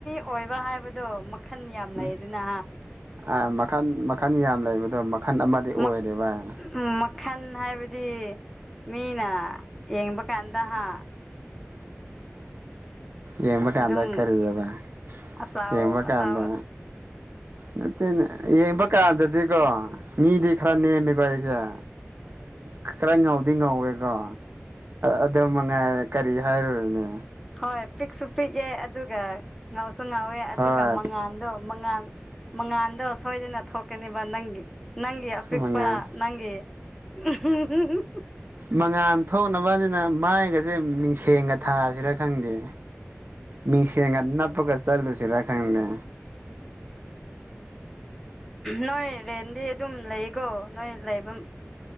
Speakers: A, in the centre; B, on the right.
A: ꯑꯣꯏꯕ ꯍꯥꯏꯕꯗꯣ ꯃꯈꯜ ꯌꯥꯝ
B: ꯎꯝ
A: ꯂꯩꯗꯅ
B: ꯑꯥ ꯃꯈꯜ ꯃꯈꯜ ꯌꯥꯝ ꯂꯩꯕꯗꯣ ꯃꯈꯜ ꯑꯃꯗꯤ ꯑꯣꯏꯔꯦ
A: ꯃꯛ
B: ꯚꯥꯏ
A: ꯃꯈꯜ ꯍꯥꯏꯕꯗꯤ ꯃꯤꯅꯥ ꯌꯦꯡꯕ ꯀꯥꯟꯗ ꯍꯥ
B: ꯌꯦꯡꯕ ꯀꯥꯟꯗ
A: ꯑꯗꯨꯝ
B: ꯀꯔꯤꯑꯕ
A: ꯑꯆꯥꯎ
B: ꯌꯦꯡꯕ
A: ꯑꯆꯥꯎ
B: ꯀꯥꯟꯗ ꯅꯠꯇꯦꯅꯦ ꯌꯦꯡꯕ ꯀꯥꯟꯗꯗꯤꯀꯣ ꯃꯤꯗꯤ ꯈꯔ ꯅꯦꯝꯃꯤꯀꯣ ꯁꯦꯔ ꯈꯔ ꯉꯥꯎꯗꯤ ꯉꯧꯋꯦꯀꯣ ꯑꯗꯨ ꯃꯉꯥꯏꯔꯦ ꯀꯔꯤ ꯍꯥꯏꯔꯨꯔꯦꯅꯦ
A: ꯍꯣꯏ ꯄꯤꯛꯁꯨ ꯄꯤꯛꯑꯦ ꯑꯗꯨꯒ ꯉꯥꯎꯁꯨ ꯉꯥꯎꯋꯦ ꯑꯗꯨꯒ
B: ꯍꯣꯏ
A: ꯃꯉꯥꯜꯗꯣ ꯃꯉꯥꯜ ꯃꯉꯥꯥꯟꯗꯣ ꯁꯣꯏꯗꯅ ꯊꯣꯛꯀꯅꯤꯕ ꯅꯪꯒꯤ ꯅꯪꯒꯤ ꯑꯄꯤꯛꯄꯥ
B: ꯃꯉꯥꯜ
A: ꯅꯪꯒꯤ ꯎꯝꯍꯤꯍꯤ
B: ꯃꯉꯥꯥꯟ ꯊꯣꯛꯅꯕꯅꯤꯅ ꯃꯥꯏꯒꯁꯦ ꯃꯤꯡꯁꯦꯡꯒ ꯊꯥꯁꯤꯔ ꯈꯪꯗꯦ ꯃꯤꯡꯁꯦꯜꯒ ꯅꯄꯒ ꯆꯜꯂꯨꯁꯤꯔ ꯈꯪꯗꯦ
A: ꯅꯣꯏ ꯔꯦꯟꯗꯤ ꯑꯗꯨꯝ ꯂꯩꯀꯣ ꯅꯣꯏ ꯂꯩꯕꯝ